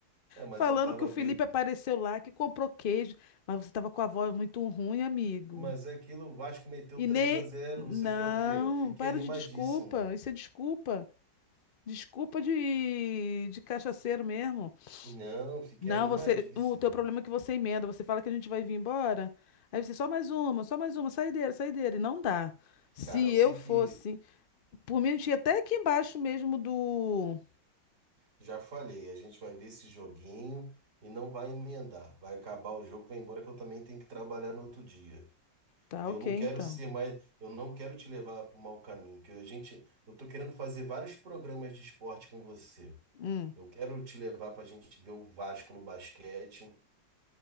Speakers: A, on the right; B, on the left.
A: É, mas
B: Falando
A: eu tava
B: que o Felipe
A: bêbado.
B: apareceu lá, que comprou queijo, mas você tava com a voz muito ruim, amigo.
A: Mas é aquilo, o Vasco meteu
B: E
A: 3
B: nem.
A: a zero
B: Não,
A: você quer o quê? Eu fiquei
B: para
A: animadíssimo.
B: de desculpa. Isso é desculpa. Desculpa de, de cachaceiro mesmo.
A: Não, fiquei
B: Não,
A: animadíssimo.
B: você. O teu problema é que você emenda. Você fala que a gente vai vir embora. Aí você, só mais uma, só mais uma, saideira, saideira. E não dá. Se
A: Cara, eu sei
B: eu fosse.
A: que
B: Por mim, a gente ia até aqui embaixo mesmo do.
A: já falei, a gente vai ver esse joguinho e não vai emendar. Vai acabar o jogo, vai embora que eu também tenho que trabalhar no outro dia.
B: Tá,
A: E
B: ok,
A: eu não
B: então.
A: quero ser mais, eu não quero te levar para o mau caminho, que a gente, eu tô querendo fazer vários programas de esporte com você.
B: Hum.
A: Eu quero te levar para a gente ver o Vasco no basquete